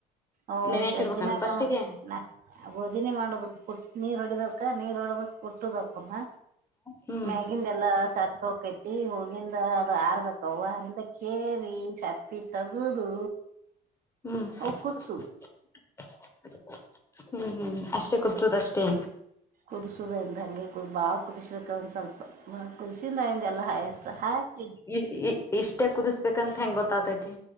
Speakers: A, on the right (about 55°); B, on the left (about 15°).
A: ಅವ
B: ನೆನ್ಯಾಕ
A: ಸಂಜಿನಾಗ
B: ಇಡ್ಬೇಕನ್ ಫಸ್ಟಿಗೆ
A: <unintelligible> ಬೋದಿನಿ ಮಾಡ್ಬೇಕ ಪುಟ್ಟ ನೀರ್ ಹೊಡಿದಕ್ಕ ನೀರ್ ಹೊಡದ್ ಕುಟ್ಟುದ ಅವುಕುನ್ರ
B: ಹ್ಮ್
A: ಮ್ಯಾಗಿಂದೆಲ್ಲ ಎಲ್ಲಾ ಸೆಪ್ಪಿ ಹೊಕ್ಕೈತಿ ಹೊ ಅದು ಆರ್ಬೇಕವು ಅವ್ವ ಆರಿಂದ ಕೇರಿ ಸೆಪ್ಪಿ ತಗದು
B: ಹ್ಮ್.
A: ಅವು
B: <unintelligible>
A: ಕುದಸುದು
B: ಹ್ಮ್ ಹ್ಮ್ ಹು ಅಷ್ಟೇ ಕುದುಸುದಷ್ಟೇ
A: ಕುದುಸೋದು ಅಂದ ಹಂಗೆ ಕು ಬಾಳ ಕುದಿಸ್ಬೇಕು ಅದನ್ ಸ್ವಲ್ಪ ಮ ಕುದಿಸಿಂದಯಂದೆಲ್ಲ ಎಚ್ಚಾ ಹಾಕಿ
B: ಇ ಇ ಇಷ್ಟೇ ಕುದಿಸ್ಬೇಕಂತ ಹೆಂಗ್ ಗೊತ್ತಾತೈತಿ